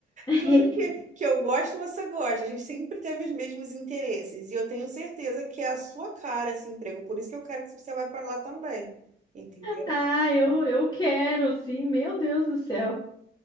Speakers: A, on the left (about 20°); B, on the right (about 40°).
A: <laughs>
B: Tudo que, que eu gosto, você gosta. A gente sempre teve os mesmos interesses. E eu tenho certeza que é a sua cara esse emprego. Por isso que eu quero que você vá para lá também. Entendeu?
A: Ah, eu, eu quero, sim, meu Deus do céu.